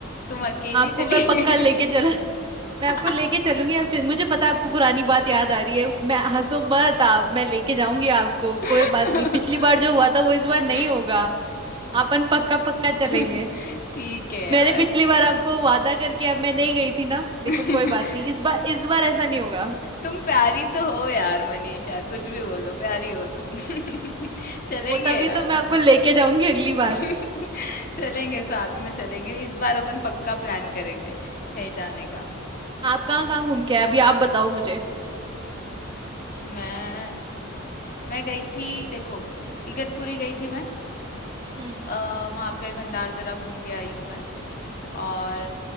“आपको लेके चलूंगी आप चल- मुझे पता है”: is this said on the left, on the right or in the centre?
Right